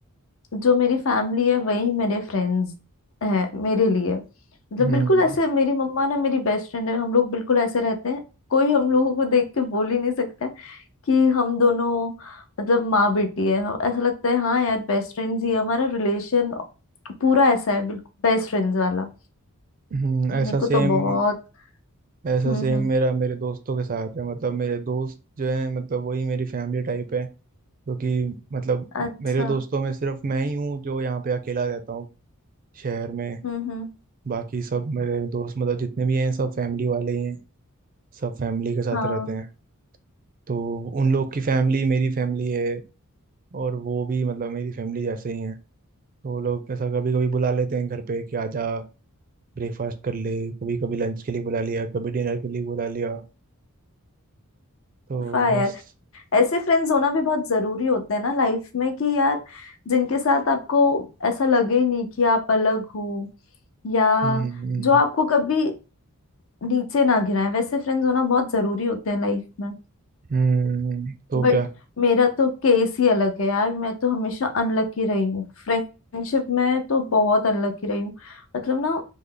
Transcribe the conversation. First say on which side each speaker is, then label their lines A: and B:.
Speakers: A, on the left; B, on the right.
A: जो मेरी फैमिली है वही मेरे फ्रेंड्स हैं मेरे लिए मतलब
B: हम्म
A: बिल्कुल ऐसे मेरी मम्मा ना मेरी बेस्ट फ्रेंड है हम लोग बिल्कुल ऐसे रहते हैं कोई हम लोगों को देख के बोल ही नहीं सकता कि हम दोनों मतलब माँ बेटी है हम- ऐसा लगता है हाँ यार बेस्ट फ्रेंड्स ही है। हमारा रिलेशन पूरा ऐसा है बिल्कुल बेस्ट फ्रेंड्स वाला
B: हम्म,
A: तो
B: ऐसा
A: मेरे
B: सेम
A: को तो बहुत
B: ऐसा
A: हम्म
B: सेम
A: हम्म
B: मेरा मेरे दोस्तों के साथ है मतलब मेरे दोस्त जो हैं मतलब वही मेरी फैमिली टाइप है क्योंकि मतलब
A: अच्छा
B: मेरे दोस्तों में सिर्फ मैं ही हूँ जो यहाँ पे अकेला रहता हूँ शहर में
A: हम्म हम्म
B: बाकी सब मेरे दोस्त मतलब जितने भी हैं सब फैमिली वाले ही हैं सब फैमिली के साथ
A: हाँ
B: रहते हैं तो उन लोग की फैमिली मेरी फैमिली है और वो भी मतलब मेरी फैमिली जैसे ही है तो वो लोग ऐसा कभी कभी बुला लेते हैं घर पे कि आजा ब्रेकफास्ट कर ले कभी कभी लंच के लिए बुला लिया कभी डिनर के लिए बुला लिया तो
A: वाह यार
B: बस
A: ऐसे फ्रेंड्स होना भी बहुत जरूरी होते हैं ना लाइफ में कि यार जिनके साथ आपको ऐसा लगे ही नहीं कि आप अलग हो या
B: हम्म हम्म
A: जो आपको कभी नीचे ना गिराए वैसे फ्रेंड्स होना बहुत जरूरी होते हैं लाइफ में
B: हम्म, तो
A: बट
B: क्या
A: मेरा तो केस ही अलग है यार मैं तो हमेशा अनलकी रही हूँ फ्रेंडशिप में तो बहुत अनलकी रही हूँ मतलब ना